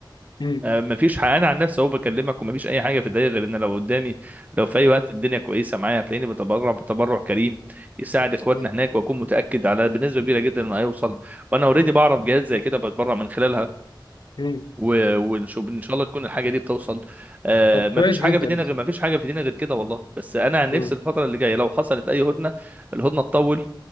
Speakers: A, on the left (about 60°); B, on the right (about 20°).
A: مم.
B: آه، مفيش حق انا عن نفسي اهو بكلمك ومفيش اي حاجه في الدنيا غير ان لو قدامي لو في اي وقت الدنيا كويسه معايا هتلاقيني بتبرع بتبرع كريم يساعد اخواتنا
A: مم.
B: هناك واكون متاكد على بنسبه كبيره جدا انه هيوصل وانا اوريدي بعرف جهات زي كده بتبرع من خلالها
A: مم.
B: و- ونشوف ان شاء الله تكون الحاجه دي بتوصل آه،
A: طب
B: مفيش
A: كويس
B: حاجه
A: جدا
B: في الدنيا غير مفيش حاجه في الدنيا غير كده والله بس انا عن نفسي
A: مم.
B: الفتره اللي جايه لو حصلت اي هدنه الهدنه تطول